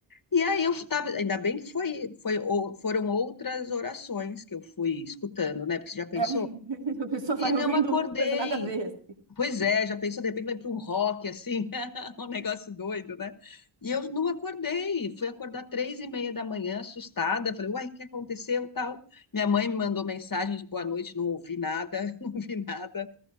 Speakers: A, on the left (about 45°); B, on the right (about 70°).
A: E aí eu estava, ainda bem que foi, foi, ou- foram outras orações que eu fui escutando, né? Porque você já pensou?
B: É, <laughs> a pessoa
A: E
B: vai
A: não
B: ouvindo
A: acordei,
B: uma coisa nada a ver,
A: Pois é, já pensou, de repente vai para um rock, assim, <laughs> um negócio doido, né? E eu não acordei, fui acordar três e meia da manhã, assustada, falei, uai, o que aconteceu, tal? Minha mãe me mandou mensagem de boa noite, não ouvi nada, <laughs> não vi nada.